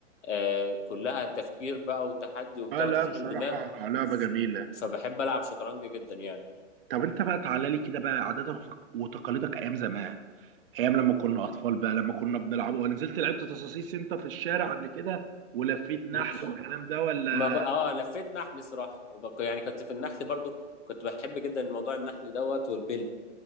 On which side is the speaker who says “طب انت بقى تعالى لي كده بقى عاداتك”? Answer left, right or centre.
Right